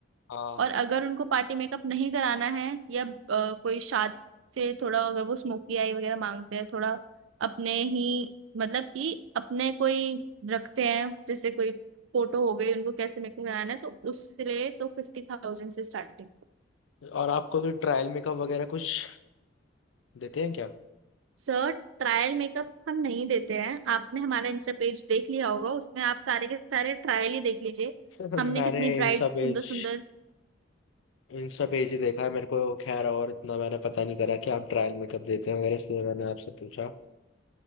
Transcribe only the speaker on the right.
और अगर उनको पार्टी मेकअप नहीं कराना है या अ, कोई शादी से थोड़ा अगर वो स्मोकी आई वगैरह मांगते हैं थोड़ा अपने ही मतलब कि अपने कोई रखते हैं जैसे कोई फोटो हो गई उनको कैसे मेकअप कराना है तो उसके लिए तो फिफ्टी थाउजेंड से स्टार्टिंग
सर ट्रायल मेकअप हम नहीं देते हैं आपने हमारा इंस्टा पेज देख लिया होगा उसमें आप सारे के सारे ट्रायल ही देख लीजिए
हमने कितनी
ब्राइट सुंदर
सुंदर